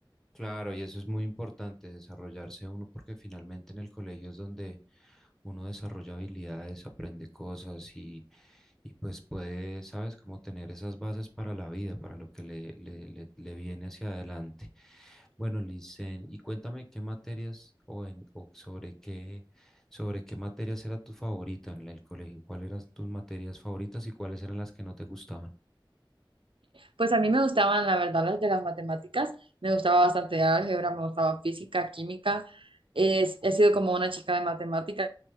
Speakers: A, in the centre; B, on the right.
A: Claro, y eso es muy importante, desarrollarse uno, porque finalmente en el colegio es donde uno desarrolla habilidades, aprende cosas y, y pues puede, sabes, como tener esas bases para la vida, para lo que le, le, le, le viene hacia adelante. Bueno, Licen, y cuéntame qué materias o, en, o sobre qué, sobre qué materias era tu favorita en el colegio, cuáles eran tus materias favoritas y cuáles eran las que no te gustaban.
B: Pues a mí me gustaban, la verdad, las de las matemáticas. Me gustaba bastante álgebra, me gustaba física, química. Es- he sido como una chica de matemáticas.